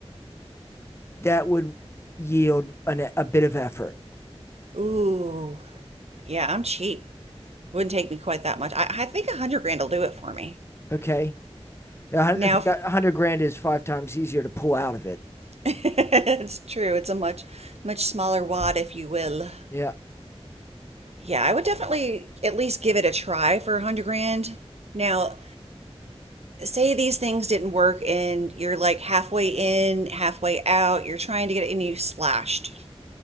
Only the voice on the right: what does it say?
Ooh, yeah, I'm cheap. Wouldn't take me quite that much. I, I think a hundred grand will do it for me.
Now,
<laughs> it's true. It's a much, much smaller wad, if you will.
Yeah, I would definitely at least give it a try for a hundred grand. Now, say these things didn't work and you're like halfway in, halfway out, you're trying to get it and you splashed.